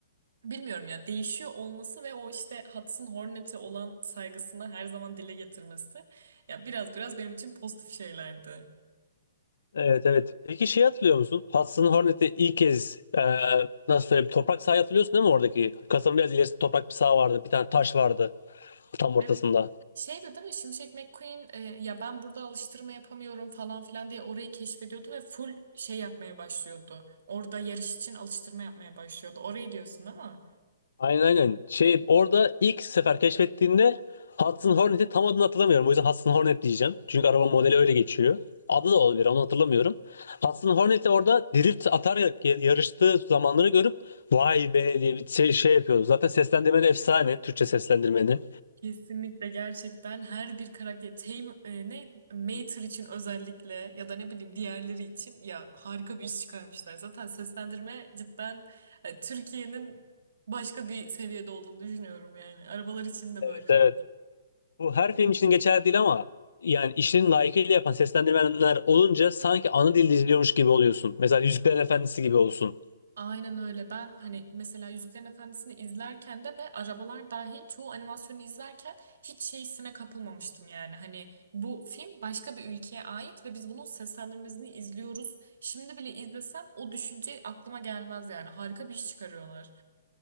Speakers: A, on the right; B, on the left.
A: bilmiyorum ya değişiyor olması ve o işte Hudson Hornet'e olan saygısını her zaman dile getirmesi ya biraz biraz benim için pozitif şeylerdi.
B: Evet evet. Peki şey hatırlıyor musun? Hudson Hornet'i ilk kez e, nasıl söyleyeyim toprak sahayı hatırlıyorsun değil mi oradaki? Kasanın biraz ilerisinde toprak bir saha vardı. Bir tane taş vardı tam ortasında.
A: Evet. şey de değil mi? Şimşek McQueen e, ya ben burada alıştırma yapamıyorum falan filan diye orayı keşfediyordu ve full şey yapmaya başlıyordu. Orada yarış için alıştırma yapmaya başlıyordu. Orayı diyorsun değil mi?
B: Aynen aynen. Şey orada ilk sefer keşfettiğinde Hudson Hornet'i tam adını hatırlamıyorum. O yüzden Hudson Hornet diyeceğim. Çünkü araba modeli öyle geçiyor. Adı da olabilir onu hatırlamıyorum. Hudson Hornet'i orada drift atarak ya yarıştığı zamanları görüp vay be diye bir şey, şey yapıyoruz. Zaten seslendirmeni efsane. Türkçe seslendirmeni.
A: Kesinlikle gerçekten her bir karakter Tame, e, ne Mater için özellikle ya da ne bileyim diğerleri için ya harika bir iş çıkarmışlar. Zaten seslendirme cidden e, Türkiye'nin başka bir seviyede olduğunu düşünüyorum yani. Arabalar için de
B: Evet,
A: böyle
B: evet.
A: bu.
B: Bu her film için geçerli değil ama yani işlerini layıkıyla yapan seslendirmenler olunca sanki ana dilde izliyormuş gibi oluyorsun. Mesela Yüzüklerin Efendisi gibi olsun.
A: Aynen öyle. Ben hani mesela Yüzüklerin Efendisi'ni izlerken de ve arabalar dahil çoğu animasyonu izlerken hiç şeysine kapılmamıştım yani. Hani bu film başka bir ülkeye ait ve biz bunun seslendirmesini izliyoruz. Şimdi bile izlesem o düşünce aklıma gelmez yani. Harika bir iş çıkarıyorlar.